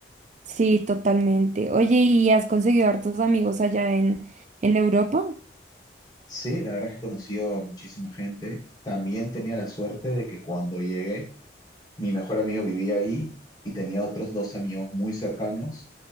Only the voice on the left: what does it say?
Sí, la verdad es que he conocido a muchísima gente. También tenía la suerte de que cuando llegué, mi mejor amigo vivía ahí y tenía otros dos amigos muy cercanos.